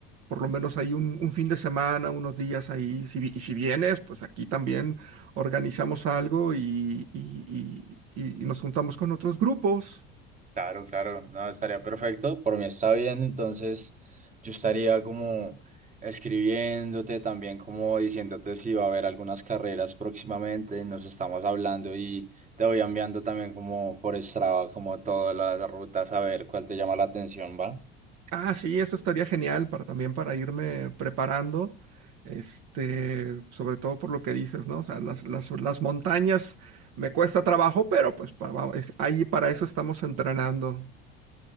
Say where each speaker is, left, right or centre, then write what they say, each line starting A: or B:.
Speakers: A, on the right; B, on the right.
A: por lo menos ahí un, un fin de semana, unos días ahí. Si, vi- y si vienes, pues aquí también organizamos algo y, y- y- y- y nos juntamos con otros grupos.
B: Claro, claro, no, estaría perfecto. Por mí está bien, entonces yo estaría como escribiéndote también, como diciéndote si va a haber algunas carreras próximamente, nos estamos hablando y te voy enviando también como por Strava, como todas las rutas, a ver cuál te llama la atención, ¿va?
A: Ah, sí, eso estaría genial para también para irme preparando, este, sobre todo por lo que dices, ¿no? O sea, las, las, las montañas me cuesta trabajo, pero pues pa- va- es- ahí para eso estamos entrenando.